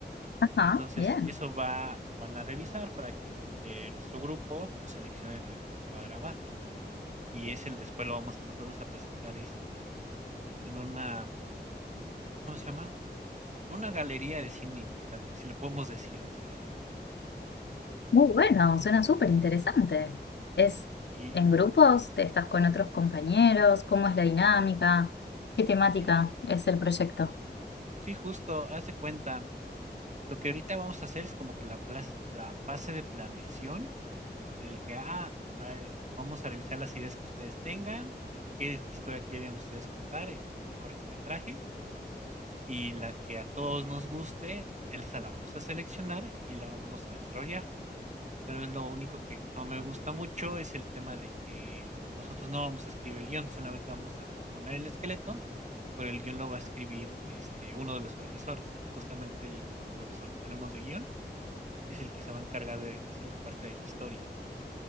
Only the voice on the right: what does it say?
Entonces,
eso va lo van a revisar para que de entre nuestro grupo, pues, seleccionen al que se va a grabar. Y es el después lo vamos a nosotros a presentar, este, en una, ¿cómo se llama? Una galería de cine importante, si le podemos decir así, galería.
Sí,
sí,
sí, justo, haz de cuenta. Lo que ahorita vamos a hacer es como que la plas la fase de planeación en el que, ah, ah, es vamos a revisar las ideas que ustedes tengan, de qué historia quieren ustedes contar en un cortometraje. y la que a todos nos guste, esa la vamos a seleccionar y la vamos a desarrollar. Tal vez lo único que no me gusta mucho es el tema de que nosotros no vamos a escribir el guión, solamente vamos a proponer el esqueleto, pero el guión lo va a escribir este, uno de los profesores. Justamente el profesor que tenemos de guión es el que se va a encargar de hacer la parte de la historia.